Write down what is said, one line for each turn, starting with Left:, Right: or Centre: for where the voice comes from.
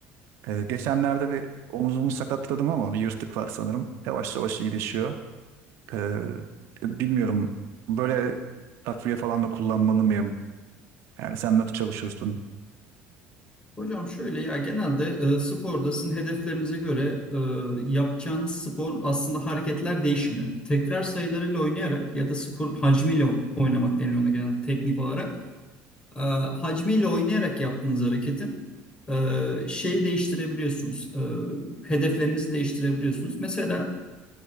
Right: E, geçenlerde bir omuzumu sakatladım ama bir yırtık var sanırım. Yavaş yavaş iyileşiyor. E, bilmiyorum böyle takviye falan da kullanmalı mıyım? Yani sen nasıl çalışıyorsun?
Left: Hocam şöyle ya genelde e, sporda sizin hedeflerinize göre e, yapacağınız spor aslında hareketler değişmiyor. Tekrar sayılarıyla oynayarak ya da spor hacmiyle o- oynamak deniliyor ona genelde teknik olarak. E, hacmiyle oynayarak yaptığınız hareketin e, şeyi değiştirebiliyorsunuz. E, hedeflerinizi değiştirebiliyorsunuz. Mesela